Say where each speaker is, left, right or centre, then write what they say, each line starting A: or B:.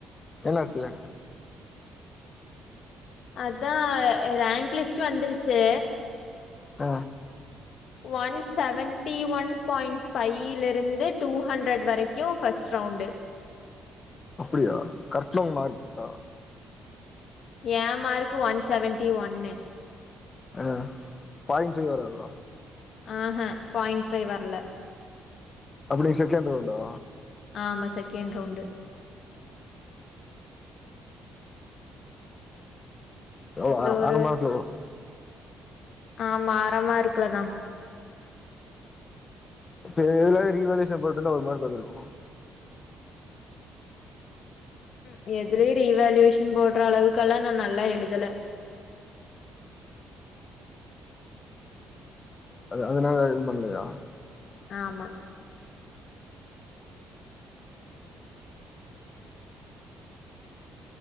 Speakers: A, on the left; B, on the left.
A: என்னாசுலே
B: அதா ரேங்க் லிஸ்ட்டு வந்துருச்சு
A: அ
B: ஒன் செவன்ட்டி ஒன் பாயிண் ஃபையிலிருந்து டூ ஹண்ட்ரட் வரைக்கு ஃபஸ்ட் ரவுண்டு
A: அப்படியா கட்னவங்க மார்க் இருக்கா
B: ஏ மார்க்கு ஒன் செவன்டி ஒன்னு
A: அதா அதா பாய்ன் ஃபை வராதா
B: ஆ ஹ பாயிண்ட் ஃபை வர்ல
A: அப்ப நீ செகண்ட் ரவுண்டா
B: ஆமா செகண்ட் ரவ்ண்டு
A: எவ்ளோ
B: அந்த
A: அ
B: ஒரு
A: அவர் மார்க் <unintelligible>
B: ஆமா அர மார்குலதா
A: இப்ப எ எதுலாது ரீவேல்யூவைஷன் போட்டுர்ந்தா‌ஒரு மார்க் வந்துருக்கு
B: ம் எதுலியேஆ ரீவேல்யுவேஷன் போடுற அளவுக்கெல்லா நா நல்லா எழுதல
A: அது அதனால எதும் பண்ணலையா
B: ஆமா